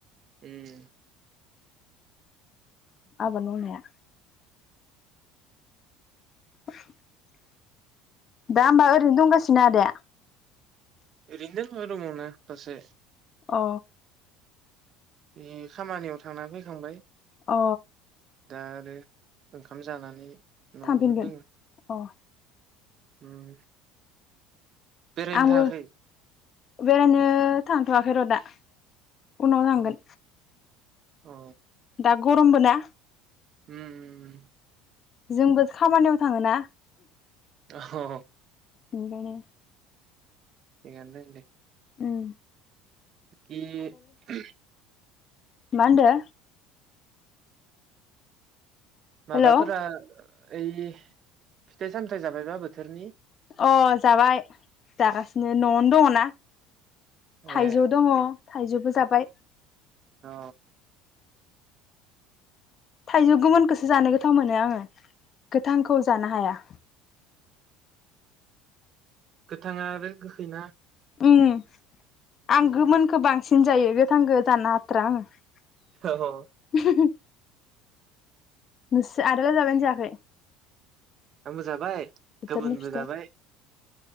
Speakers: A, on the right (about 45°); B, on the left (about 40°).
A: उम।
B: आबाद मावनाया। <unintelligible> दा होमबा ओरैनो दंगासिनो आदाया?
A: ओरैनो दोङो रुमावनो दसे।
B: अ।
A: बे खामानियाव थांना फैखांबाय।
B: अ।
A: दा आरो ओंखाम जानानै न'आवनो
B: थांफिनगोन?
A: दोङो
B: अ।
A: उम। बेरायनो
B: आंबो
A: थाङाखै?
B: बेरायनो थांथ'वाखै र' दा। उनाव थांगोन।
A: अ अ।
B: दा गरमबो ना?
A: उम उम उम।
B: जोंबो खामानियाव थाङोना
A: अ <unintelligible>
B: बिनिखायनो
A: थिखानो दं दे।
B: ओम।
A: कि <unintelligible>
B: मा होन्दो?
A: माबाफोरा
B: हेलौ
A: ओइ फिथाइ सामथाइ जाबायबा बोथोरनि?
B: अ जाबाय जागासिनो नआवनो दङ ना। थाइजौ
A: ए
B: दङ थाइजौबो जाबाय।
A: औ।
B: थाइजौ गोमोनखौसो जानो गोथाव मोनो आङो गोथांखौ जानो हाया।
A: गोथाङा आरो गोखैना
B: ओम। आं
A: उम
B: गोमोनखौ बां सिन जायो गोथांखो जानो हाथा थ्रा आङो।
A: औ
B: नोंसोर आदायालाय जाबायना जायाखै?
A: आंबो जाबाय।
B: बोथोरनि
A: गोमोनबो
B: फिथाइ
A: जाबाय